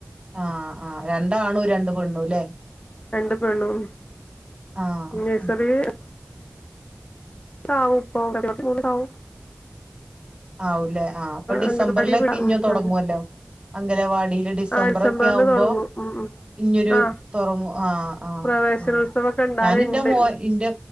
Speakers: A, on the right; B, on the left.
A: ആഹ് ആ. രണ്ടാണും, രണ്ട് പെണ്ണുല്ലെ.
B: രണ്ട് പെണും
A: ആഹ്
B: നഴ്സറി താവുംപ്പൊ <unintelligible> പ്പൊക്കെ പോ <unintelligible> ണ്ടാവും
A: ആവുലേ. ആഹ്. അപ്പൊ ഡിസംബറിലൊക്കെ
B: അംഗൻവാടി വിടാം
A: ഇഞ്ഞ്
B: ഉം
A: തൊടങ്ങ്വല്ലോ. അംഗനവാടിയില് ഡിസംബറ്
B: ആ ഡിസംബറില്
A: ഒക്കെ ആവുമ്പോ.
B: തൊടങ്ങും ഉം ഉം
A: ഇഞ്ഞൊരു
B: ആ
A: തൊറങ്ങും. ആഹ്. ആഹ്
B: പ്രവേശനോത്സവൊക്കെ
A: ഉം
B: ഇണ്ടാവല്ണ്ട്
A: ഞാാനിന്റെ മോ ഇന്റെ